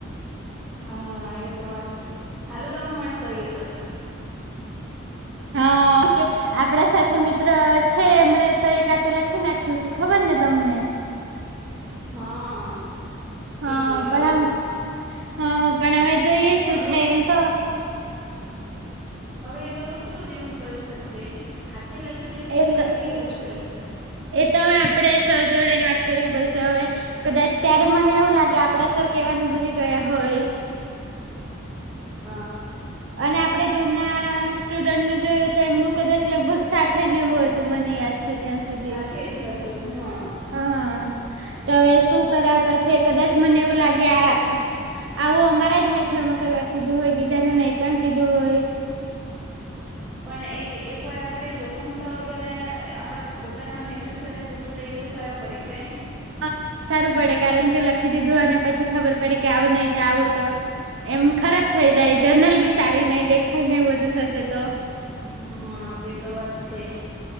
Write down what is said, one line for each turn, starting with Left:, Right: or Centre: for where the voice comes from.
Centre: હા, એ તો વાત છે. સારું, તમે મને કહ્યું તો.
Right: હા, ઓકે. આપડા સાથે મિત્ર છે, એમણે તો એકાતે લખી નાખ્યું છે, ખબર ને તમને.
Centre: હા.
Right: હા,
Centre: તે જોયું
Right: પણ હા, પણ અમે જોઈએ શું
Centre: હવે
Right: થાય એમ તો.
Centre: હવે એ લોકો શું જેમું કરી શકશે? હાથે લખી દેશે
Right: એમ
Centre: કે પછી
Right: તો એ
Centre: કેવું કે?
Right: એ તો હવે આપડે સર જોડે જ વાત કરવી પડશે હવે. કદાચ ત્યારે મને એવું લાગે, આપડા સર કેવાનું ભૂલી ગયા હોય.
Centre: હા.
Right: અને આપડે જૂના સ્ટુડન્ટનું જોયું, તો એમનું કદાચ લગભગ સાથે જેવું હતું, મને યાદ છે ત્યાં સુધી
Centre: સાથે જ હતું, હા.
Right: હા, તો હવે શું કરાવતા છે? કદાચ મને એવું લાગે આ આવું અમારા જ મેથડમાં કરવા કીધું હોય, બીજાને નહીં પણ કીધું હોય.
Centre: પણ એક એક વાર આપડે જોખમળો પેલા આપડા પોતાના મેથડસને પૂછી લઈએ તો સારું પડે કઈ.
Right: હા સારું પડે કારણ કે લખી દીધું અને પછી ખબર પડી કે આવું નહી તો આવું તો એમ ખરાબ થઈ જાય, જર્નલ બી સારી નહીં દેખાય ને, એવું બધું થશે તો.
Centre: હા, તે તો વાત છે.